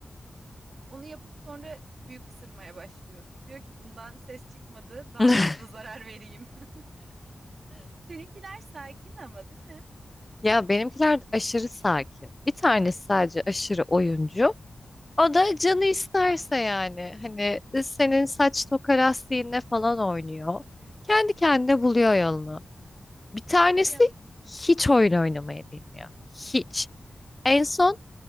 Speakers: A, on the right; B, on the left.
A: Onu yapıp sonra büyük ısırmaya başlıyor. Diyor ki bundan ses çıkmadı, daha
B: <laughs>
A: fazla zarar vereyim. <laughs> Seninkiler sakin ama değil mi?
B: Ya benimkiler de aşırı sakin. Bir tanesi sadece aşırı oyuncu. O
A: Hı
B: da
A: hı.
B: canı isterse yani. Hani senin saç toka lastiğinle falan oynuyor. Kendi kendine buluyor yolunu. Bir tanesi
A: Kıyamam.
B: hiç oyun oynamayı bilmiyor. Hiç. En son